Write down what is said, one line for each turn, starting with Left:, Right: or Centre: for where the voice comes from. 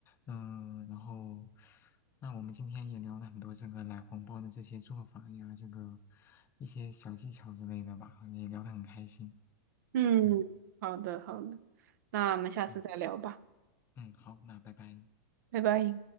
Left: 嗯，然后那我们今天也聊了很多这个奶黄包的这些做法呀，这个一些小技巧之类的吧，也聊得很开心。
Right: 嗯，
Left: 嗯
Right: 好的，好的，那我们下次再聊吧，
Left: 嗯嗯，好，那拜拜。
Right: 拜拜。